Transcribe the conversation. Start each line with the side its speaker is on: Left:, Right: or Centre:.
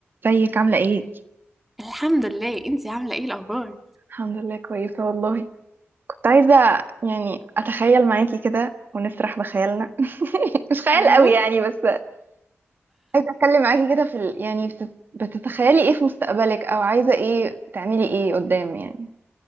Right: ازيك عاملة ايه؟
Centre: الحمد لله انتي عاملة ايه الأخبار؟
Right: الحمد لله كويسة والله كنت عايزة يعني أتخيل معاكي كده ونسرح بخيالنا <laughs> مش خيال
Centre: ايوه
Right: قوي يعني بس عايزة أتكلم معاكي كده في ال... يعني بت... بتتخيلي ايه في مستقبلك أو عايزة ايه تعملي ايه قدام يعني